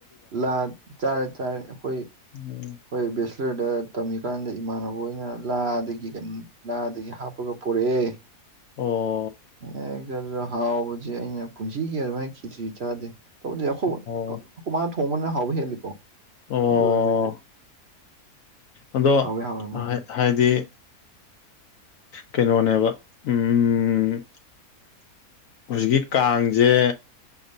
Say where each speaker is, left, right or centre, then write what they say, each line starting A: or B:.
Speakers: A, on the right (about 50°); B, on the left (about 65°).
A: ꯂꯥ ꯆꯥꯔꯦ ꯆꯥꯔꯦ ꯑꯩꯈꯣꯏ
B: ꯎꯝ
A: ꯍꯣꯏ ꯕꯦꯁꯂꯔꯗ ꯇꯝꯃꯤꯀꯥꯟꯗ ꯏꯃꯥꯟꯅꯕ ꯍꯣꯏꯅ ꯂꯥꯗꯒꯤ ꯀ ꯂꯥꯗꯒꯤ ꯍꯥꯞꯄꯒ ꯄꯣꯔꯛꯑꯦ
B: ꯑꯣ
A: ꯑꯦꯛꯗ ꯑꯗꯨꯗ ꯍꯥꯎꯕꯁꯦ ꯑꯩꯅ ꯄꯨꯟꯁꯤꯒꯤ ꯑꯗꯨꯃꯥꯏꯅ ꯈꯤꯆ꯭ꯔꯤ ꯆꯥꯗꯦ ꯇꯧꯕꯨꯗꯤ ꯑꯈꯣ ꯑꯩꯈꯣꯏ
B: ꯑꯣ
A: ꯃꯥꯅ ꯊꯣꯡꯕꯅ ꯍꯥꯎꯕ ꯍꯦꯜꯂꯤꯀꯣ
B: ꯑꯣ
A: ꯑꯗꯨ ꯑꯣꯏꯔꯒꯁꯨ
B: ꯑꯗꯣ
A: ꯍꯥꯎꯋꯦ ꯍꯥꯎꯋꯦ ꯃꯣꯏ <unintelligible>
B: ꯍꯥꯏꯗꯤ ꯀꯩꯅꯣꯅꯦꯕ ꯎꯝ ꯍꯧꯖꯤꯛꯀꯤ ꯀꯥꯡꯖꯦ